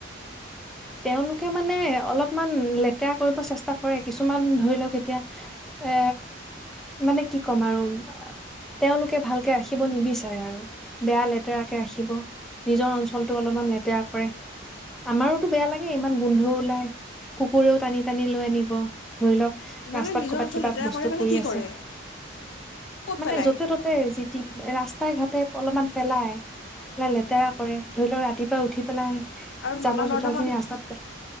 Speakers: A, in the centre; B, on the left (about 65°).
A: তেওঁলোকে মানে অলপমান লেতেৰা কৰিব চেষ্টা কৰে। কিছুমান, ধৰি লওঁক এতিয়া এ মানে কি কম আৰু তেওঁলোকে ভালকে ৰাখিব নিবিচাৰে আৰু বেয়া লেতেৰা কে ৰাখিব, নিজৰ অঞ্চলটো অলপমান লেতেৰা কৰে, আমাৰো তু বেয়া লাগে, ইমান গোন্ধও ওলাই, কুকুৰেও টানি টানি লৈ আনিব, ধৰি লওঁক
B: মানে
A: ৰাস্তাত
B: নিজৰ
A: কৰবাত
B: অঞ্চল
A: কিবা
B: লেতেৰা
A: বস্তু
B: কৰে মানে
A: পৰি
B: কি
A: আছে,
B: কৰে ক'ত
A: মানে
B: পেলায়
A: যতে ততে যি তি এ ৰাচ তাই ঘাটে অলপমান পেলাই, পেলাই লেতেৰা কৰে, ধৰি লওঁক ৰাতিপুৱা উঠি পেলাই
B: আৰু
A: জাবৰ
B: নলা-নৰ্দম
A: জোথৰ খিনি ৰাস্তাত পে